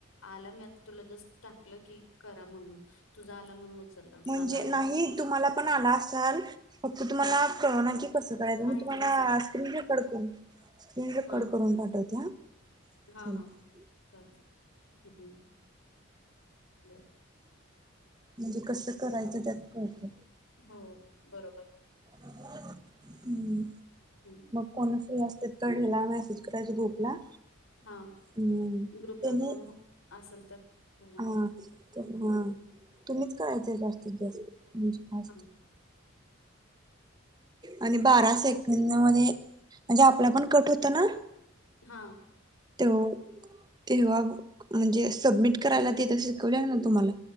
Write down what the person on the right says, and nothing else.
म्हणजे
नाही
तुम्हाला पण आला असाल, फक्त तुम्हाला कळना की कसं करायचं
मी तुम्हाला
स्क्रीन रेकॉर्ड करून स्क्रीन रेकॉर्ड
करून पाठवते हा.
चालतंय
म्हणजे कसं करायचं त्यात कळत.
हम्म.
कोण फ्री असते कळेला मेसेज ग्रुपला.
हम्म
त्यांनी
हा तर हा तुम्हीच करायचं जास्तीत जास्त म्हणजे. फास्ट
आणि बारा सेकंड मध्ये म्हणजे आपला पण कट होत ना
ते् तेव्हा म्हणजे सबमिट करायला तेेत शिकवले ना तुम्हाला